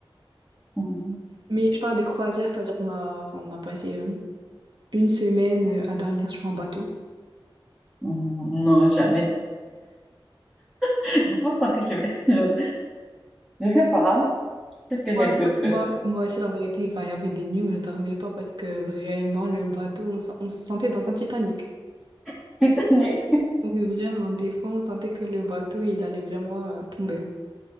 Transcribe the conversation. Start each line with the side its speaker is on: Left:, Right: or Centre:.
Centre: Mhm.
Right: Mais je parle des croisières, c'est-à-dire qu'on a, enfin, on a passé euh, une semaine euh, à dormir sur un bateau.
Centre: Non, jamais. Je pense pas que je vais. <laughs> Je, je sais pas. Peut-être que j'ai
Right: Moi
Centre: un
Right: aussi,
Centre: peu
Right: la-
Centre: peur.
Right: moi, moi aussi, la vérité, enfin, il y avait des nuits où je dormais pas parce que vraiment, le bateau, on, se on se sentait dans un Titanic.
Centre: <laughs> Titanic.
Right: Oui, vraiment, des fois, on sentait que le bateau, il allait vraiment euh, tomber.